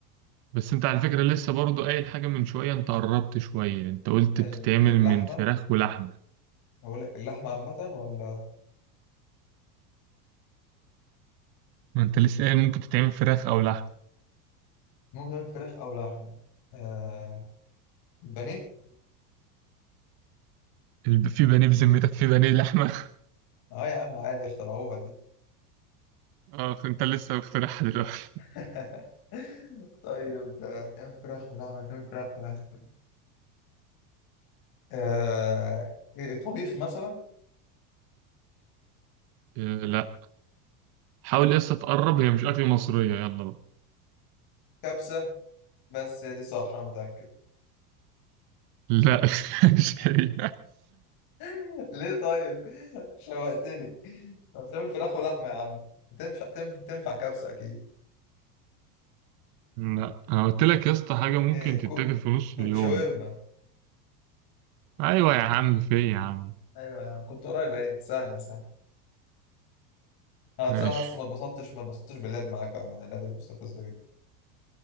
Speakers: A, on the right (about 55°); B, on the left (about 50°).
A: بس أنت على فكرة لسه برضو قايل حاجة من شوية أنت قربت شوية أنت قلت
B: ال-
A: بتتعمل
B: اللحمة
A: من فراخ ولحمة
B: هقول لك اللحمة عامة ولا
A: ما أنت لسه قايل ممكن تتعمل فراخ أو لحمة
B: ممكن تعمل فراخ أو لحمة آه البانيه
A: الب- في بانيه بذمتك في بانيه لحمة
B: اه يا عم عادي اخترعوها دي
A: <laughs> آه أنت لسه مخترعها دلوقتي
B: <laughs> طيب آه، تعمل فراخ ولحمة تعمل فراخ ولحمة آه إيه، طبيخ مثلا
A: <laughs> آه لا حاول لسه تقرب هي مش أكل مصرية يلا بقى
B: كبسة بس هي دي صح انا متاكد
A: لا <laughs> مش هي
B: <laughs> ليه طيب <laughs> شوقتني طب تعمل فراخ ولحمه يا عم تنفع تنفع, تنفع كبسه اكيد
A: لا انا قلت لك يا اسطى حاجه ممكن
B: ايه
A: تتاكل
B: كو...
A: في نص
B: كو...
A: اليوم
B: شاورما
A: ايوه يا عم في إيه يا عم
B: ايوه يا عم كنت قريب ايه سهله سهله انا بصراحه
A: ماشي
B: لسه ما اتبسطتش ما اتبسطتش باللعب معاك بقى معنا اللعبه دي مستفزه جدا